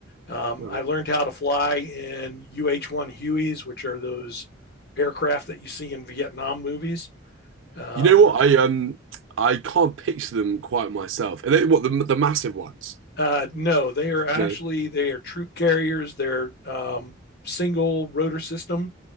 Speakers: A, on the left; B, on the right.
A: Um,
B: Okay.
A: I learned how to fly in UH 1 Hueys, which are those aircraft that you see in Vietnam movies. Um,
B: You know what? I um I can't picture them quite myself. And they, what the the massive ones?
A: uh, no, they are actually
B: No.
A: they are troop carriers. They're um, single rotor system,